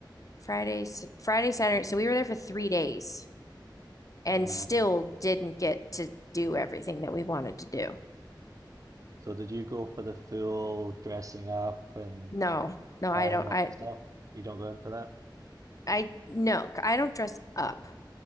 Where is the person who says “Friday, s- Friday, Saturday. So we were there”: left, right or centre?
Left